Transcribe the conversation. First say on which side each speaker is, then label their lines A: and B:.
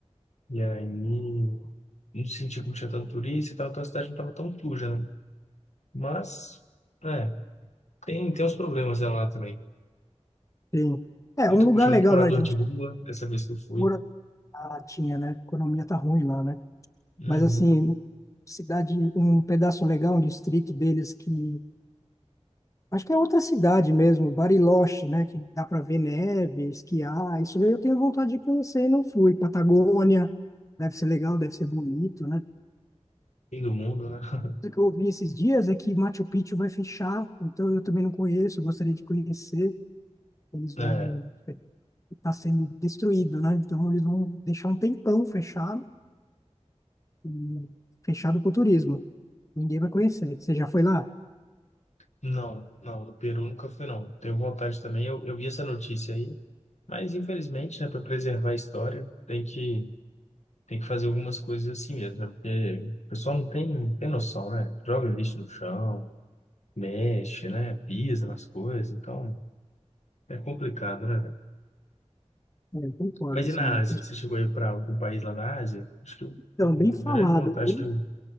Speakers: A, on the left; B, on the left.
A: E aí não sentia que não tinha tanto turista e tal, então a cidade não estava tão suja, né? Mas, é, tem, tem uns problemas dela lá também.
B: tem- é
A: Muito,
B: um lugar
A: tinha
B: legal,
A: muito morador
B: né? A gente
A: de rua, dessa vez que eu fui.
B: mora na Latinha, né? A economia tá ruim lá, né?
A: Uhum.
B: Mas, assim, cidade, um pedaço legal, um distrito deles que. Acho que é outra cidade mesmo, Bariloche, né? Que dá para ver neve, esquiar. Isso daí eu tenho vontade de conhecer e não fui. Patagônia, deve ser legal, deve ser bonito, né?
A: Fim do mundo, né? <laughs>
B: O que eu ouvi esses dias é que Machu Picchu vai fechar, então eu também não conheço, gostaria de conhecer. Eles vão.
A: É,
B: Está sendo destruído, né? Então eles vão deixar um tempão fechado, e fechado para o turismo. Ninguém vai conhecer. Você já foi lá?
A: não, não, do Peru nunca fui, não. Tenho vontade também, eu, eu vi essa notícia aí, mas infelizmente, né, para preservar a história, tem que Tem que fazer algumas coisas assim mesmo, né? Porque o pessoal não tem, não tem noção, né? Joga lixo no chão, mexe, né? Pisa nas coisas, então é complicado, né? velho?
B: É, eu concordo,
A: Mas
B: assim.
A: e na
B: Depois-
A: Ásia? Você chegou aí para algum país lá na Ásia? Acho que eu-
B: Então, bem falado.
A: a grande vontade
B: Eu
A: que eu,